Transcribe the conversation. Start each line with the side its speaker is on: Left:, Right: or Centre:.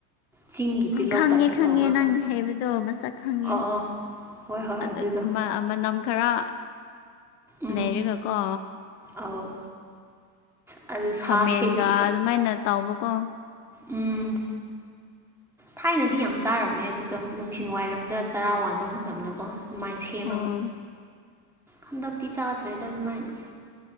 Centre: ꯆꯤꯡꯒꯤ
Left: ꯎꯝ
Centre: ꯇꯤꯜꯍꯧ
Left: ꯈꯪꯉꯦ
Centre: ꯇꯥꯏꯞꯇ
Left: ꯈꯪꯉꯦ
Centre: ꯇꯧꯔꯒ
Left: ꯅꯪꯅ ꯍꯥꯏꯕꯗꯣ ꯃꯁꯛ ꯈꯪꯉꯦ
Centre: ꯑ ꯑꯥ ꯍꯣꯏ ꯍꯣꯏ
Left: ꯑꯗꯨ
Centre: ꯑꯗꯨꯗꯣ
Left: ꯃꯅꯝ ꯈꯔ
Centre: ꯎꯝ
Left: ꯂꯩꯔꯒꯀꯣ
Centre: ꯑꯧ ꯑꯗꯨ ꯁꯥ
Left: ꯈꯥꯃꯦꯟꯒ
Centre: ꯁꯦꯠꯄꯤꯕ
Left: ꯑꯗꯨꯃꯥꯏꯅ ꯇꯧꯕꯀꯣ
Centre: ꯎꯝ ꯊꯥꯏꯅꯗꯤ ꯌꯥꯝ ꯆꯥꯔꯝꯃꯦ ꯑꯗꯨꯗꯣ ꯅꯨꯡꯊꯤꯟ ꯋꯥꯏꯔꯝꯗꯥꯢꯗ ꯆꯔꯥ ꯋꯥꯟꯕ ꯃꯇꯝꯗꯀꯣ ꯑꯗꯨꯃꯥꯏꯅ ꯁꯤ ꯁꯦꯝꯃꯒ
Left: ꯑꯣ
Centre: ꯍꯟꯗꯛꯇꯤ ꯆꯥꯗ꯭ꯔꯦꯗ ꯑꯗꯨꯃꯥꯏꯅ